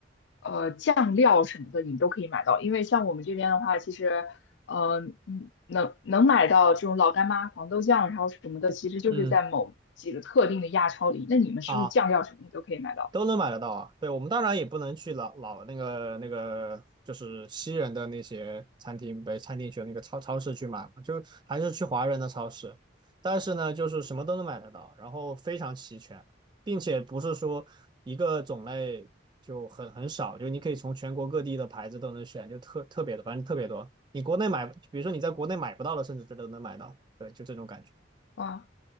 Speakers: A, on the left (about 70°); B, on the right (about 25°).
A: 呃酱料什么的，你都可以买到？因为像我们这边的话，其实呃嗯能能买到这种老干妈、黄豆酱，然后什么的，其实就是在某几个特定的亚超里。
B: 嗯
A: 那你们是不是酱料什么的都可以买到？
B: 啊。都能买得到啊。对，我们当然也不能去老老那个那个，就是西人的那些餐厅，北餐厅去那个超超市去买嘛，就还是去华人的超市。但是呢，就是什么都能买得到，然后非常齐全，并且不是说一个种类就很很少，就你可以从全国各地的牌子都能选，就特特别的，反正特别多。你国内买，比如说你在国内买不到的，甚至这都能买到。对，就这种感觉。
A: 哇，